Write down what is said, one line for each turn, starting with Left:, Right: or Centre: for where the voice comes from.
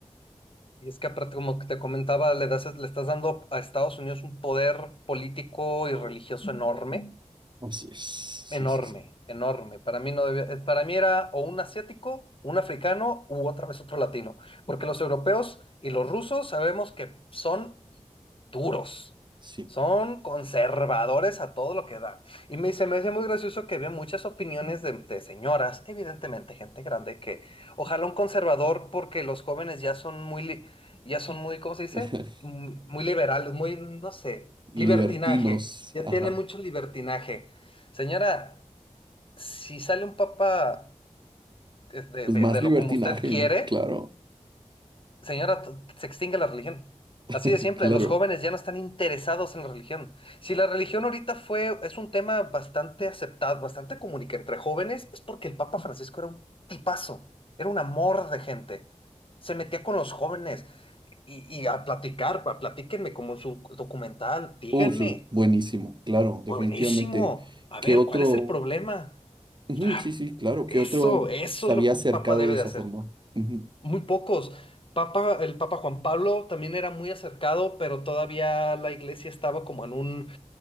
Left: Y es que aparte, como que te comentaba, le das, le estás dando a Estados Unidos un poder político y
Right: Oh,
Left: religioso enorme
Right: así es. Sí,
Left: enorme,
Right: sí, sí.
Left: enorme. Para mí no debía- eh, para mí era o un asiático, un africano u otra vez otro latino, porque los europeos y los rusos sabemos que son duros.
Right: Sí.
Left: Son conservadores a todo lo que da. Y me, se me hace muy gracioso que había muchas opiniones de, de señoras, evidentemente gente grande, que ojalá un conservador, porque los jóvenes ya son muy, li- ya son muy, ¿cómo se dice?
Right: <laughs>
Left: Mm, Muy liberales, muy, no sé,
Right: Libertinos.
Left: libertinaje. Ya
Right: Ajá.
Left: tiene mucho libertinaje. Señora, si sale un papa eh, de,
Right: Pues
Left: de-
Right: más
Left: de
Right: libertinaje,
Left: lo como usted quiere,
Right: ¿no? Claro.
Left: señora, t- se extingue la religión.
Right: <laughs>
Left: Así de siempre,
Right: Claro.
Left: los jóvenes ya no están interesados en la religión. Si la religión ahorita fue, es un tema bastante aceptado, bastante común y que entre jóvenes, es porque el Papa Francisco era un tipazo, era un amor de gente. Se metía con los jóvenes y, y a platicar, pa- platíquenme como en su documental, díganme,
Right: Uh, eso es buenísimo. Claro, definitivamente.
Left: buenísimo, a
Right: ¿Qué
Left: ver,
Right: otro?
Left: ¿cuál es el problema?
Right: Ujú,
Left: Ah,
Right: sí, sí, claro.
Left: Eso,
Right: ¿Qué otro
Left: eso
Right: se
Left: es
Right: había
Left: lo que
Right: acercado
Left: un papa debe
Right: de esa
Left: de hacer.
Right: forma? Ujú,
Left: Muy pocos. Papa, el Papa Juan Pablo también era muy acercado, pero todavía la iglesia estaba como en un,